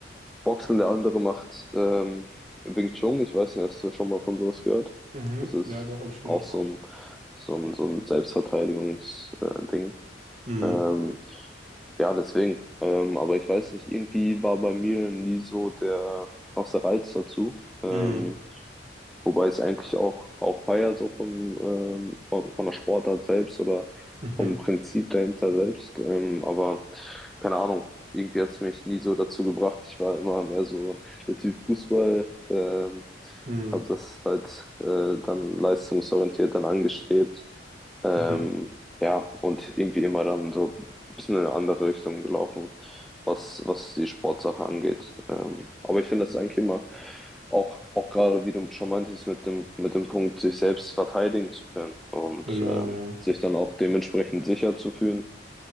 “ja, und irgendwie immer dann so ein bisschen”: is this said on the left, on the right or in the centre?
Centre